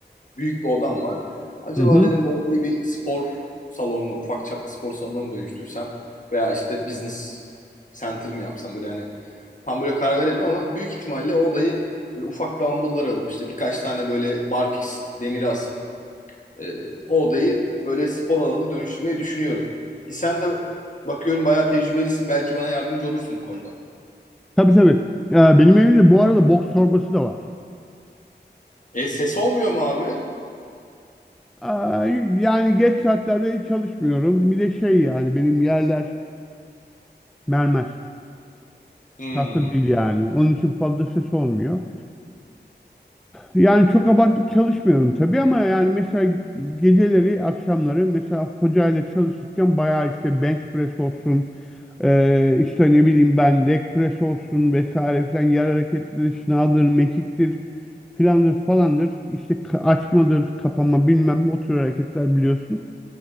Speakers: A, on the left (about 45°); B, in the centre.
A: Büyük bir odam var. Acaba
B: Hı hı.
A: dedim bu odayı bir spor salonuna, ufak çaplı spor salonuna mı dönüştürsem veya işte business center mı yapsam böyle yani tam böyle karar veremedim ama büyük ihtimalle o odayı böyle ufak dumbbell'lar alıp işte birkaç tane böyle barfix demiri asıp e, o odayı böyle spor alanına dönüştürmeyi düşünüyorum. Ki sen de bakıyorum bayağı tecrübelisin belki bana yardımcı olursun bu konuda.
B: Tabii tabii. Ee, benim evimde bu arada boks torbası da var.
A: E ses olmuyor mu abi?
B: Aa, y- yani geç saatlerde hiç çalışmıyorum. Bir de şey yani benim yerler mermer.
A: Hmm.
B: Tahta değil yani. Onun için fazla ses olmuyor. Yani çok abartıp çalışmıyorum tabii ama yani mesela geceleri, akşamları mesela hocayla çalışırken bayağı işte bench press olsun, eee, işte ne bileyim ben leg press olsun vesaire filan yer hareketleri, şınavdır, mekiktir filandır falandır, işte ka- açmadır, kapama bilmem ne o tür hareketler biliyorsun.